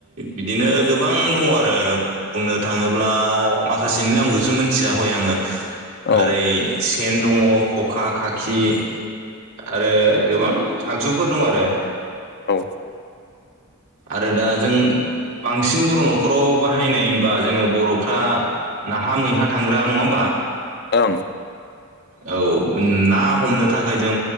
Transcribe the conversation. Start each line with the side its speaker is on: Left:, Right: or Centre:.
Right: बिदिनो गोबां दङ आरो बुंनो थाङोब्ला माखासेनि नामखौसो मिथिया हय आङो।
Left: ओं
Right: ओरै सेन दङ खखा खाखि आरो गोबां आगजुफोर दं आरो
Left: औ
Right: आरो दा जों बांसिन बर' न'खराव बाहायनाय बा जोङो बर'फ्रा नाहा मैहा थांग्रा नङा होनोमबा
Left: ओं
Right: औ ना हमनो थाखाय जों